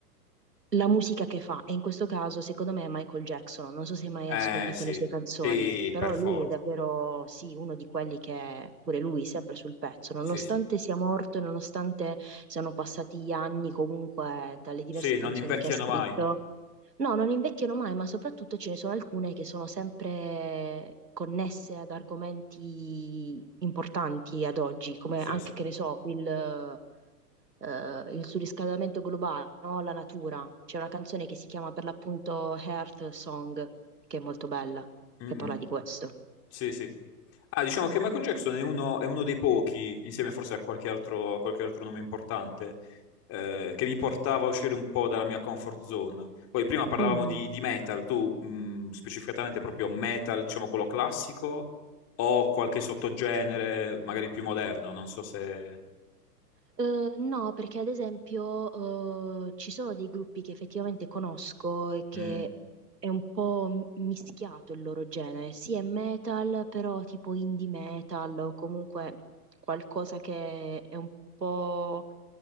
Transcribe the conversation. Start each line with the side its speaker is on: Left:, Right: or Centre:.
Right: La musica che fa, e in questo caso secondo me è Michael Jackson, non so se hai mai
Left: Eh
Right: ascoltato
Left: sì,
Right: le sue canzoni,
Left: sì,
Right: però
Left: per forza.
Right: lui è davvero, sì, uno di quelli che è pure lui sempre sul pezzo, nonostante
Left: Sì, sì.
Right: sia morto e nonostante siano passati anni comunque dalle diverse
Left: Sì,
Right: canzoni
Left: non invecchiano
Right: che ha scritto,
Left: mai.
Right: no, non invecchiano mai, ma soprattutto ce ne sono alcune che sono sempre connesse ad argomenti importanti ad oggi, come
Left: Sì,
Right: anche,
Left: sì.
Right: che ne so, il eh, il surriscaldamento globale, no? La natura. C'è una canzone che si chiama per l'appunto Earth Song, che è molto bella,
Left: Mm,
Right: che parla
Left: mm.
Right: di questo.
Left: Sì, sì. Ah, diciamo che Michael Jackson è uno, è uno dei pochi, insieme forse a qualche altro, a qualche altro nome importante, eh, che mi portava a uscire un po' dalla mia comfort zone. Poi prima parlavamo
Right: Mhm.
Left: di, di metal, tu mh, specificatamente proprio metal, diciamo quello classico, o qualche sottogenere magari più moderno, non so se...
Right: Eh, no, perché ad esempio eh, ci sono dei gruppi che effettivamente conosco e che
Left: Mm,
Right: è un po' m- mischiato il loro genere, sì è metal, però tipo indie metal o comunque qualcosa che è un po'